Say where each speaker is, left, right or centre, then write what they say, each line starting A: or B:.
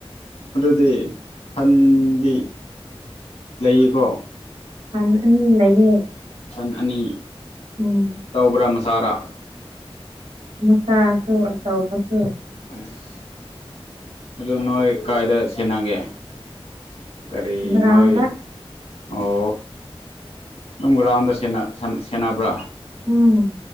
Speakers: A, on the left; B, on the right.
A: ꯗꯤ ꯁꯟꯗꯤ ꯂꯩꯌꯦꯀꯣ
B: ꯎꯝ ꯑꯅꯤ ꯂꯩꯌꯦ
A: ꯁꯟ ꯑꯅꯤ
B: ꯎꯝ
A: ꯆꯥꯎꯕ꯭ꯔꯥ ꯃꯆꯥꯔꯥ
B: ꯃꯆꯥꯥꯁꯨ ꯑꯆꯧꯕꯁꯨ
A: ꯑꯁ ꯑꯗꯨ ꯅꯣꯏ ꯀꯥꯏꯗ ꯁꯦꯟꯅꯒꯦ ꯀꯔꯤ
B: ꯒ꯭ꯔꯥꯎꯟꯗ
A: ꯅꯣꯏ ꯑꯣ ꯑꯗꯨꯝ ꯒ꯭ꯔꯥꯎꯟꯗ ꯁꯦꯟꯅꯕ꯭ꯔꯥ
B: ꯎꯝ